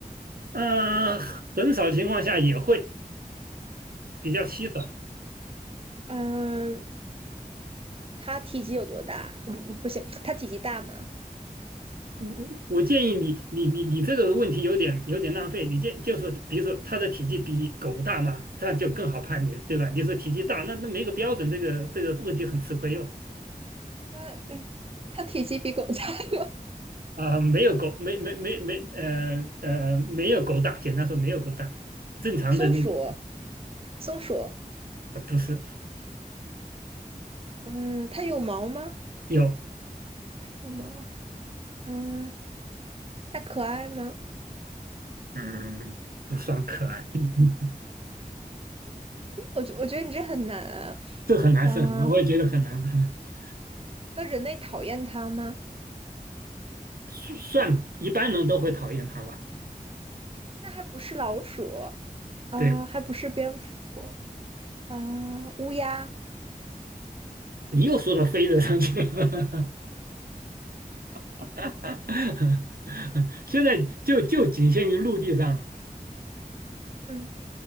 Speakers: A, on the right; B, on the right.
A: 嗯，很少情况下也会，比较稀少。
B: 嗯，它体积有多大？不，不行，它体积大吗？
A: 嗯嗯，我建议你，你你你这个问题有点有点浪费。你建就是，比如说它的体积比狗大嘛，这样就更好判别，对吧？你说体积大，那那没个标准，这个这个问题很吃亏哟。
B: 那它体积比狗大吗？
A: 啊、没有狗，没没没没，呃呃，没有狗大，简单说没有狗大，正常的那个
B: <laughs> 松鼠，松鼠，
A: 啊不是
B: 嗯，它有毛吗？
A: 有，
B: 有毛。嗯，它可爱吗？嗯
A: 嗯，不算可爱，<laughs>
B: 我觉我觉得你这很难啊。
A: 这很难，
B: 嗯，
A: 是很难我也觉得很难，嗯
B: 那人类讨厌它吗？
A: 算算一般人都会讨厌它吧？
B: 那还不是老鼠啊，
A: 对
B: 还不是蝙蝠。啊，乌鸦，
A: 你又说到飞的上去了。<laughs> <laughs> 现在就就仅限于陆地上了。
B: 嗯，